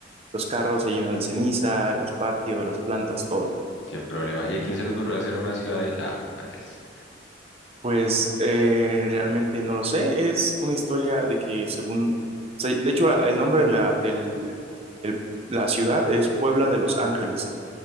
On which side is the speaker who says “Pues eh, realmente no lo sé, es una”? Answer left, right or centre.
Right